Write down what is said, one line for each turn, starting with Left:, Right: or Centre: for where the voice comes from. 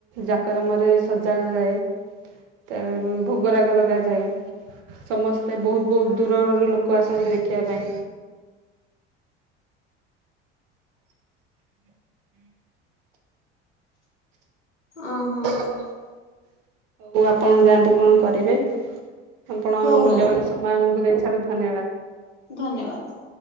Right: ଯାକଜମକରେ ସଜାଯାଏ। ତା ଏବେ ଭୋଗରାଗ ଲଗାଯାଏ। ସମସ୍ତେ ବହୁତ୍ ବହୁତ୍ ଦୂରରୁ ଲୋକ ଆସନ୍ତି ଦେଖିବା ପାଇଁ।
Left: ଓହୋ।
Right: ହଉ ଆପଣ ଯାଆନ୍ତୁ କଣ କରିବେ ଆପଣ
Left: ହଉ
Right: ମୂଲ୍ୟବାନ
Left: ହଉ
Right: ସମୟ ଆମକୁ ଦେଇଥିବାରୁ ଧନ୍ୟବାଦ।
Left: ଧନ୍ୟବାଦ୍।